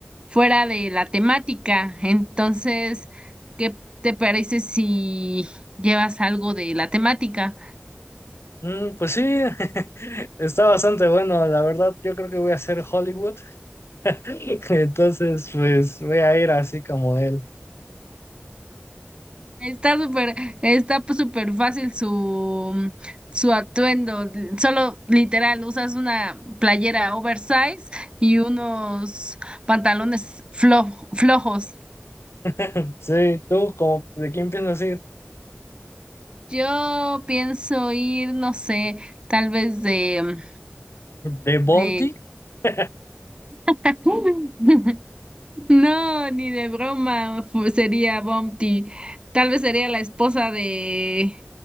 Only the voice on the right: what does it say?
fuera de la temática. Entonces, ¿qué te parece si llevas algo de la temática?
Está súper, está pues, súper fácil su, su atuendo. Solo literal, usas una playera oversize y unos pantalones flo- flojos.
Yo pienso ir, no sé, tal vez de,
de...
<laughs> No, ni de broma fu- sería Bumpty. Tal vez sería la esposa de,